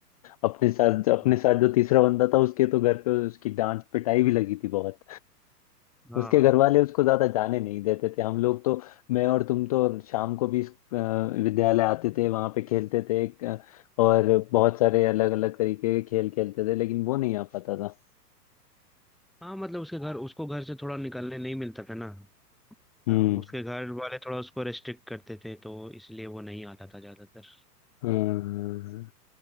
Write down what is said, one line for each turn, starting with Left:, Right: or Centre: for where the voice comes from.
Left: अपने साथ अपने
Centre: हम्म।
Left: साथ जो तीसरा बंदा था उसके तो घर पे उसकी डांट पिटाई भी लगी थी बहुत
Centre: हाँ,
Left: उसके घर वाले उसको ज्यादा जाने नहीं देते थे हम लोग तो मैं और तुम तो शाम को भी अ, विद्यालय आते थे वहां पे खेलते थे अ, और बहुत सारे अलग अलग तरीके के खेल खेलते थे लेकिन वो नहीं आ पाता था
Centre: हाँ मतलब उसके घर उसको घर से थोड़ा निकलने नहीं मिलता था ना
Left: हम्म
Centre: हाँ उसके घर वाले थोड़ा उसको रेस्ट्रिक्ट करते थे तो इसलिए वो नहीं आता था ज्यादातर
Left: हम्म।